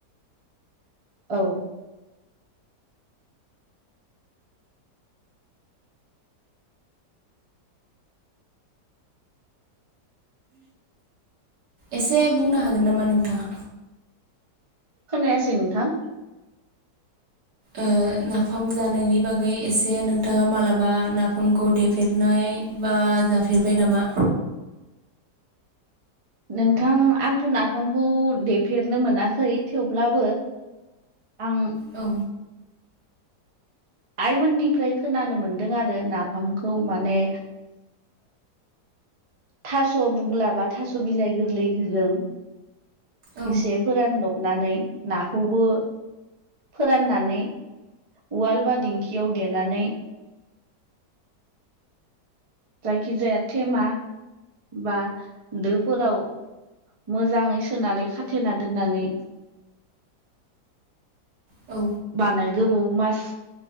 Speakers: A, on the right (about 40°); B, on the right (about 75°).
A: औ
B: एसे बुंनो हागोन नामा नोंथाङा?
A: खोनायासै नोंथां
B: ओ नाफाम जानायनि बागै एसे नोंथाङा मालाबा नाफामखौ देफेरनाय बा जाफेरबाय नामा?
A: नोंथां आंथ' नाफामखौ देफेरनो मोनाखै थेवब्लाबो आं
B: औ
A: आइमोननिफ्राय खोनानो मोनदों आरो नाफामखौ माने थास' बुग्ला बा थास' बिलाइ गोरलैफोरजों
B: औ
A: इसेब फोरानदबनानै नाखौबो फोराननानै उवाल बा दिंखियाव देनानै जायखिजाया थेमा बा दोफोराव मोजाङै सोनानै खाथेना दोननानै
B: औ
A: बानाय गोबौ मास